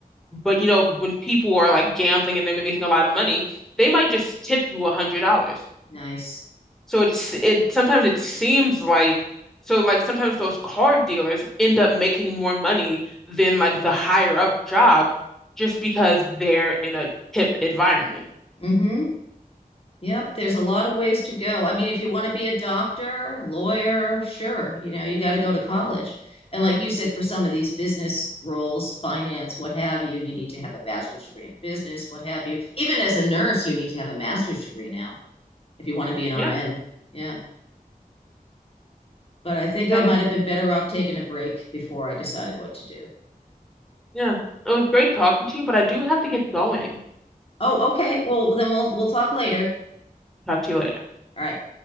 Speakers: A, in the centre; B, on the left.
A: But you know, when people are like gambling and they're making a lot of money, they might just tip you $100.
B: Nice.
A: So it's it sometimes it seems like so like sometimes those card dealers end up making more money than like the higher up jobs just because they're in a tip environment.
B: hmm Yep, there's a lot of ways to go. I mean, if you want to be a doctor, lawyer, sure, you know, you got to go to college. And like you said, for some of these business roles, finance, what have you, you need to have a bachelor's degree in business, what have you. Even as a nurse, you need to have a master's degree now if you want to be an RN.
A: Yeah.
B: Yeah. But I think
A: It
B: I
A: was,
B: might have been better off taking a break before I decided what to do.
A: yeah. It was great talking to you, but I do have to get going.
B: Oh, okay. Well, then we'll we'll talk later.
A: Talk to you later.
B: All right.